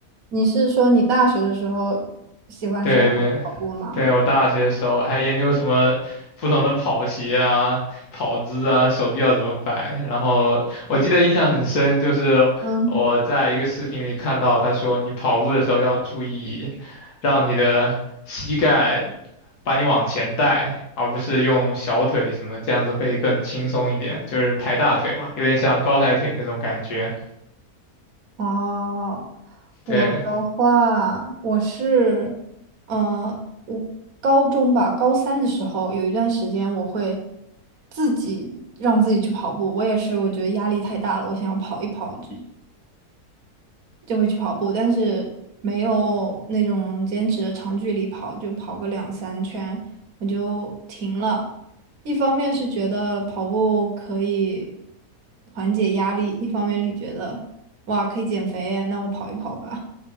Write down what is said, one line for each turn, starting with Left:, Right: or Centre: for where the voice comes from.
Right: 你是说你大学的时候喜欢上跑步吗？
Left: 对对对，我大学的时候还研究什么不同的跑鞋啊、跑姿啊、手臂要怎么摆。然后我记得印象很深，就是我在一个视频里看到他说，
Right: 嗯。
Left: 你跑步的时候要注意，让你的膝盖把你往前带，而不是用小腿什么，这样子会更轻松一点，就是抬大腿嘛，有点像高抬腿那种感觉。
Right: 哦，
Left: 对，
Right: 我的话，我是，呃，我高中吧，高三的时候有一段时间，我会自己让自己去跑步。我也是，我觉得压力太大了，我想要跑一跑，就就会去跑步，但是没有那种坚持的长距离跑，就跑个两三圈我就停了。一方面是觉得跑步可以缓解压力，一方面是觉得哇可以减肥，那我跑一跑吧。